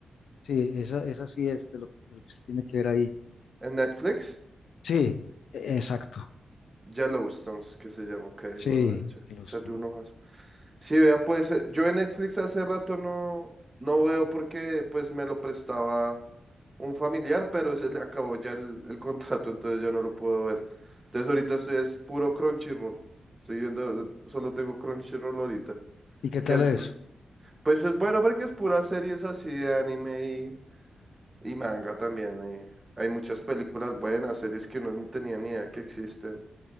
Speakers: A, on the left; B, on the right.
A: sí, esa, esa sí es de lo, de lo que usted tiene que ver ahí.
B: ¿En Netflix?
A: Sí, e- exacto,
B: Yellowstone, es que se llama. Ok,
A: sí,
B: voy a echar-
A: Yellowstone.
B: echarle un ojazo. Sí, vea, pues eh, yo en Netflix hace rato no, no veo porque pues me lo prestaba un familiar, pero se le acabó ya el, el contrato, entonces yo no lo puedo ver. Entonces ahorita estoy es puro Crunchyroll. Estoy viendo, solo tengo Crunchyroll ahorita.
A: ¿Y qué tal
B: Que es,
A: es?
B: pues es bueno porque es puras series así de anime y, y manga también. eh. Hay muchas películas buenas, series que uno ni tenía ni idea que existen.